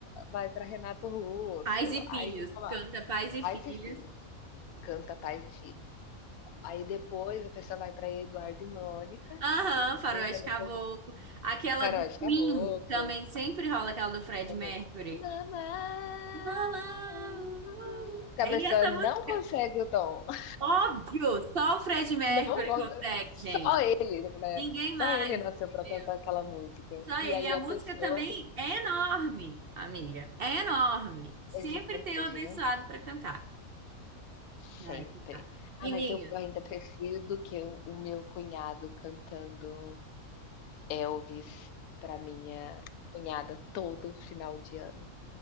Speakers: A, on the left; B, on the right.
A: vai pra Renato Russo,
B: pais e filhos.
A: aí colo
B: Canta pais e
A: aí
B: filhos.
A: se Filhos, canta Pais e Filhos. Aí depois a pessoa vai para Eduardo e Mônica,
B: Aham, Faroeste
A: tentando
B: Caboclo.
A: conqui
B: Aquela
A: Faróis
B: do
A: de
B: Queen
A: Caboclo,
B: também sempre rola aquela do Fred
A: também.
B: Mercury.
A: Mamá, uh,
B: Lá, lá, uh, uh.
A: que a
B: E
A: pessoa
B: essa
A: não
B: música
A: consegue o tom. <laughs>
B: Óbvio, só o Fred Mercury
A: Não gosta
B: consegue,
A: só
B: gente.
A: ele, né,
B: Ninguém
A: só
B: mais.
A: ele nasceu para
B: entendeu?
A: cantar aquela música.
B: Só
A: E
B: ele.
A: aí
B: E a
A: a
B: música
A: pessoa
B: também é enorme, amiga. É enorme. Sempre
A: é gigante
B: tem um
A: é
B: abençoado
A: gigante
B: pra cantar.
A: sempre.
B: Ai, que tá.
A: Ah,
B: E,
A: mas
B: amiga,
A: eu ainda prefiro do que o o meu cunhado cantando Elvis para minha cunhada todo final de ano.